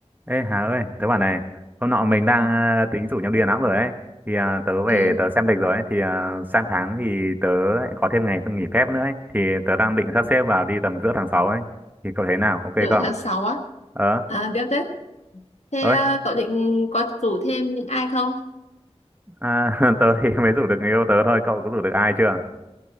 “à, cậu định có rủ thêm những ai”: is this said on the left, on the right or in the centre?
Left